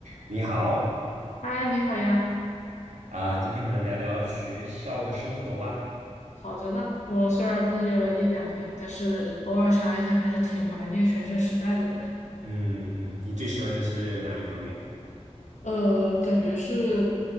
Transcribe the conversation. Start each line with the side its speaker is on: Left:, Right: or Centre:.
Right: 你好
Left: 嗨，你好呀，
Right: 啊，今天我们来聊聊学校的生活吧。
Left: 好着呢。我虽然毕业了一两年，但是偶尔想一想，还是挺怀念学生时代的呢。
Right: 嗯嗯，你最喜欢的是哪一方面？
Left: 呃，感觉是，